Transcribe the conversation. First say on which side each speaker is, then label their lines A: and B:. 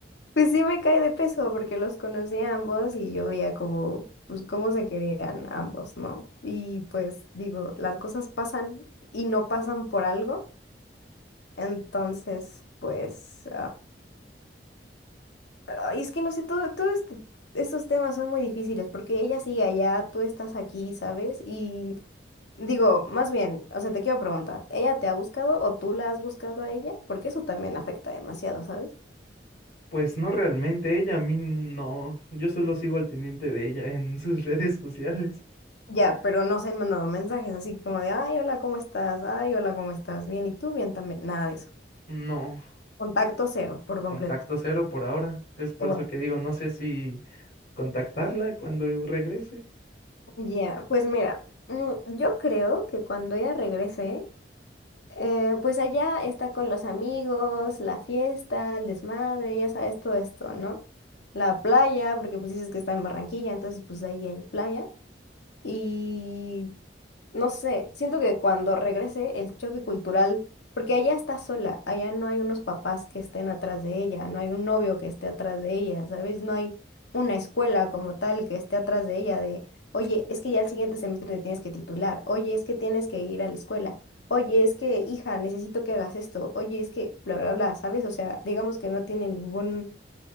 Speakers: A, on the left (about 75°); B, on the left (about 60°).
A: pues sí me cae de peso porque los conocí a ambos y yo veía como, pues cómo se querían ambos, ¿no? Y pues digo, las cosas pasan y no pasan por algo, entonces pues... Ay, es que no sé, todo, todo este, estos temas son muy difíciles porque ella sigue allá, tú estás aquí, ¿sabes? Y digo, más bien, o sea, te quiero preguntar, ¿ella te ha buscado o tú la has buscado a ella? Porque eso también afecta demasiado, ¿sabes?
B: Pues no realmente, ella a mí no. Yo solo sigo al pendiente de ella en sus <laughs> redes sociales.
A: Ya, pero no se han mandado mensajes así como de, ay, hola, ¿cómo estás? Ay, hola, ¿cómo estás? Bien, ¿y tú? Bien también. Nada de eso.
B: No,
A: Contacto cero, por completo.
B: contacto cero por ahora. Es por
A: Y Bueno,
B: eso que digo, no sé si contactarla cuando yo regrese.
A: ya, pues mira, mm, yo creo que cuando ella regrese, Eh, pues allá está con los amigos, la fiesta, el desmadre, ya sabes todo esto, ¿no? La playa, porque pues dices que está en Barranquilla, entonces pues ahí hay playa. Y no sé, siento que cuando regrese el choque cultural, porque allá está sola, allá no hay unos papás que estén atrás de ella, no hay un novio que esté atrás de ella, ¿sabes? No hay una escuela como tal que esté atrás de ella de, oye, es que ya el siguiente semestre te tienes que titular, oye, es que tienes que ir a la escuela, oye, es que, hija, necesito que hagas esto, oye, es que, bla, bla, bla, ¿sabes? O sea, digamos que no tiene ninguna